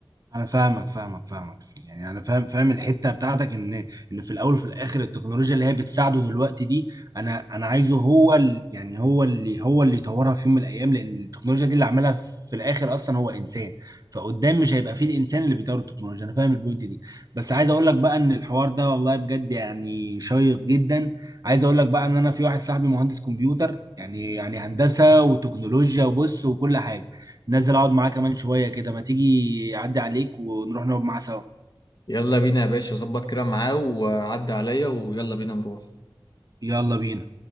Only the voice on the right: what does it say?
انا فاهمك فاهمك فاهمك يعني انا فاهم فاهم الحته بتاعتك ان ان في الاول وفي الاخر التكنولوجيا اللي هي بتساعده دلوقتي دي انا انا عايزه هو ال- يعني هو اللي هو اللي يطورها في يوم من الايام لان التكنولوجيا دي اللي عملها في الاخر اصلا هو انسان فقدام مش هيبقى فيه الانسان اللي بيطور التكنولوجيا انا فاهم البوينت دي بس عايز اقول لك بقى ان الحوار ده والله بجد يعني شيق جدا عايز اقول لك بقى ان انا في واحد صاحبي مهندس كمبيوتر يعني يعني هندسه وتكنولوجيا وبص وكل حاجه نازل اقعد معاه كمان شويه كده ما تيجي اعدي عليك ونروح نقعد معاه سوا
يلا بينا